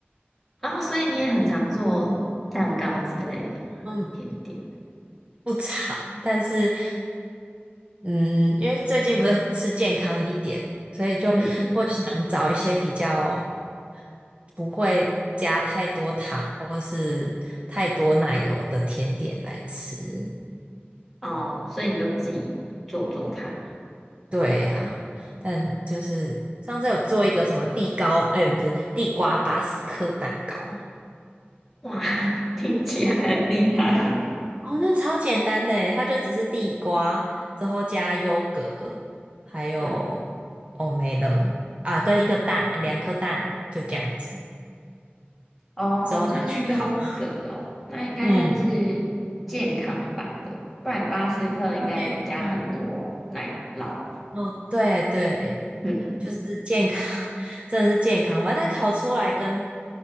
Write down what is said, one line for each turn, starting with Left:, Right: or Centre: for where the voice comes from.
Centre: 然后所以你也很常做蛋糕之类的甜点。
Right: 嗯，不长，但是嗯，因为最近不是吃健康一点，所以就会想找一些比较
Centre: 嗯，
Right: 不会加太多糖或是太多奶油的甜点来吃。
Centre: 哦，所以你就自己做做看。
Right: 对呀，但就是上次有做一个什么地糕，哎，不是地瓜巴斯克蛋糕，
Centre: 哇，<laughs> 听起来很厉害。
Right: 哦，那超简单的诶，它就只是地瓜，之后加优格，还有哦没了啊，
Centre: 嗯，
Right: 跟一个蛋，两颗蛋，就这样子，
Centre: 哦，
Right: 之后拿去烤。
Centre: 就是优格哦，
Right: <laughs>
Centre: 那应该就是健康版的，
Right: 嗯，
Centre: 不然巴斯克应该都加很多奶酪。
Right: 超健康的。哦，对对，
Centre: 嗯。
Right: 就是健康，<laughs> 真的是健康吧？但烤出来跟